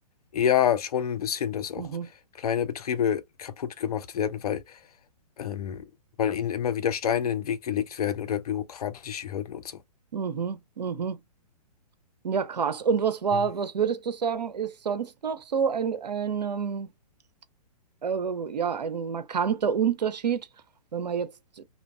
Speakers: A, on the left (about 65°); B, on the right (about 85°).
A: Ja, schon ein bisschen, dass auch
B: mhm,
A: kleine Betriebe kaputt gemacht werden, weil ähm, weil ihnen immer wieder Steine in den Weg gelegt werden oder bürokratische Hürden und so.
B: mhm, mhm. Ja, krass. Und was war,
A: Mhm.
B: was würdest du sagen, ist sonst noch so ein, ein, ähm, äh, ja, ein markanter Unterschied, wenn man jetzt